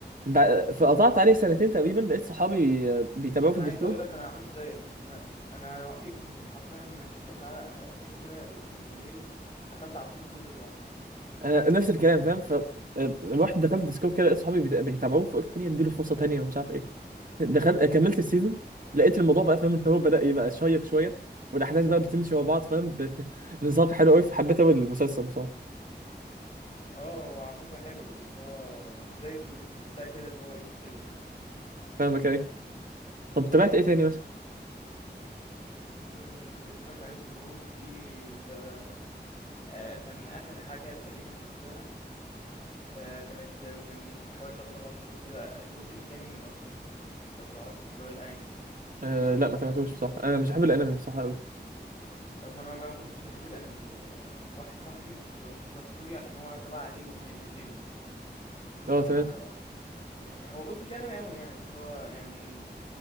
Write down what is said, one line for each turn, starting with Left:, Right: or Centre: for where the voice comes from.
Right: بع- فقطعت عليه سنتين تقريبا لقيت صحابي آه، بيتابعوه في
Left: انا
Right: الديسكورد
Left: عايز اقول لك انا عملت زيك آه، انا انا وقفت ش- حرفيا شفت حلقه حلقتين كده لقيته ممل دخلت على طول في الجزء اللي بعده
Right: آه نفس الكلام فاهم ف آه، رحت دخلت ديسكورد كده لقيت صحابي بيت- بيتابعوه فقلت خليني اديله فرصه تانيه ومش عارف ايه دخلت كملت السيزون لقيت الموضوع بقى فاهم ان هو بدأ يبقى شيق شويه والاحداث بقى بتمشي مع بعض فاهم بنساق <laughs> حلو قوي فحبيت قوي المسلسل بصراحه
Left: اه هو على فكره حلو بس هو بدايته اللي تحسها كده ان هو ايه مش حلو اصلا
Right: فاهمك ايه طب تابعت ايه تاني مثلا
Left: آه، اللي قلت لك عليهم دول وفي بقى آه، كان اخر حاجه تقريبا شفتها آآ كانت من حوالي 3، 4 شهور كده الجزء التاني من أركين، لو تعرفه، اللي هو الأنمي ده.
Right: آه لا ما تابعتوش بصراحه انا مش بحب الانمي بصراحه قوي
Left: أمّا أنا ما كنتش باحب الأنمي برضه، يعني واحد صاحبي رشّحه لي عشان هو تبع League of Leg Legends
Right: اه
Left: ف
Right: تمام
Left: آه، هو بُص مش أنمي أوي يعني، بس اللي هو يعني